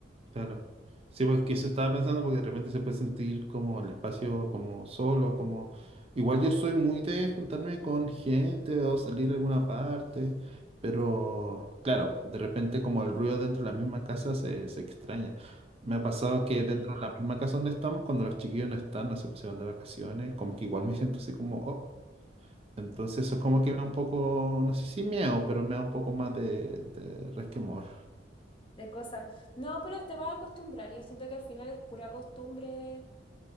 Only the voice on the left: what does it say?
Sí,
sí.
de cosas. No, pero te vas a acostumbrar. Yo siento que al final es pura costumbre